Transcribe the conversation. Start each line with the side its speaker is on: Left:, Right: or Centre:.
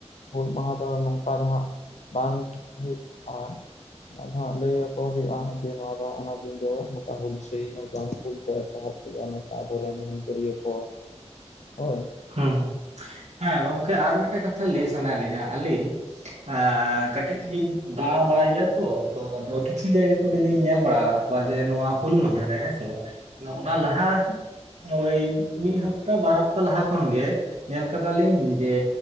Left: ᱦᱩᱞ ᱢᱟᱦᱟ ᱫᱚ ᱱᱚᱝᱠᱟ ᱫᱚ ᱦᱟᱸᱜ, ᱵᱟᱝ ᱦᱩᱭᱩᱜᱼᱟ᱾ ᱚᱱᱟ ᱫᱚ ᱦᱟᱸᱜ, ᱞᱟᱹᱭ ᱟᱠᱚ ᱦᱩᱭᱩᱜᱼᱟ, ᱡᱮ ᱱᱚᱣᱟ ᱫᱚᱜ ᱚᱱᱟ ᱫᱤᱱ ᱫᱚ ᱱᱚᱝᱠᱟ ᱦᱩᱞᱥᱟᱹᱭ, ᱟᱨ ᱵᱟᱝ ᱦᱩᱞ ᱠᱚ ᱮᱛᱚᱦᱚᱵ ᱤᱭᱟᱹ, ᱱᱚᱝᱠᱟ ᱟᱵᱚᱨᱮᱱ ᱦᱩᱞᱜᱟᱹᱨᱤᱭᱟᱹ ᱠᱚ, ᱦᱳᱭ
Right: ᱦᱩᱸ, ᱦᱮᱸ, ᱜᱚᱝᱠᱮ ᱟᱨ ᱢᱤᱫᱴᱮᱱ ᱠᱟᱛᱷᱟ ᱞᱟᱹᱭ ᱥᱟᱱᱟᱭᱮᱫ ᱞᱤᱧᱟ ᱟᱹᱞᱤᱧ ᱟᱸ, ᱠᱟᱹᱴᱤᱡ ᱞᱤᱧ ᱫᱟᱲᱟ ᱵᱟᱲᱟ ᱜᱮᱭᱟ ᱛᱚ, ᱟᱫᱚ ᱠᱤᱪᱷᱩ ᱡᱟᱭᱜᱟ ᱠᱚᱫᱚ ᱞᱤᱧ ᱧᱮᱞ ᱵᱟᱲᱟ ᱠᱚᱣᱟ ᱡᱮ, ᱱᱚᱣᱟ ᱦᱩᱞ ᱢᱟᱦᱟ ᱨᱮ ᱦᱮᱸ ᱥᱮ ᱵᱟᱝ, ᱚᱱᱟ ᱞᱟᱦᱟ, ᱳᱤ ᱢᱤᱫ ᱦᱟᱯᱛᱟ, ᱵᱟᱨ ᱦᱟᱯᱛᱟ, ᱞᱟᱦᱟ ᱠᱷᱚᱱ ᱜᱮ ᱧᱮᱞ ᱠᱟᱫᱟᱞᱤᱧ ᱡᱮ,